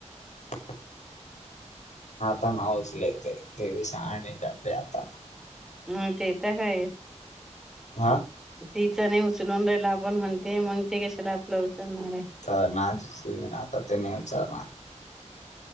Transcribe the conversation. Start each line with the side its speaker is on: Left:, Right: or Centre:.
Left: <unintelligible> आता ना उचले ते ते सांगणीच आपली आता
Centre: ह ते तर ह
Left: हा
Centre: तिचं नाही उचलून राहिला आपण म्हणते मगते कशाला आपलं उचलणार आहे
Left: तर ना ना आता तेनी विचारणार